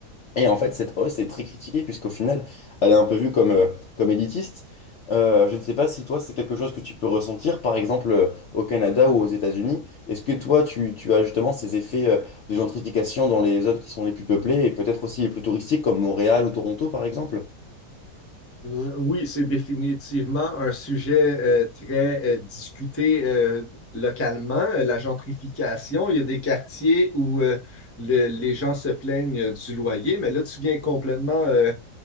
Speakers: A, on the left (about 65°); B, on the left (about 15°).
A: Et en fait, cette hausse est très critiquée puisqu'au final, elle est un peu vue comme, euh, comme élitiste. Euh, je ne sais pas si toi, c'est quelque chose que tu peux ressentir, par exemple, euh, au Canada ou aux États-Unis. Est-ce que toi, tu, tu as justement ces effets, euh, de gentrification dans les zones qui sont les plus peuplées et peut-être aussi les plus touristiques comme Montréal ou Toronto, par exemple?
B: Euh, Oui, c'est définitivement un sujet euh, très euh, discuté euh, localement, euh, la gentrification. Il y a des quartiers où euh, le- les gens se plaignent euh, du loyer, mais là, tu viens complètement, euh,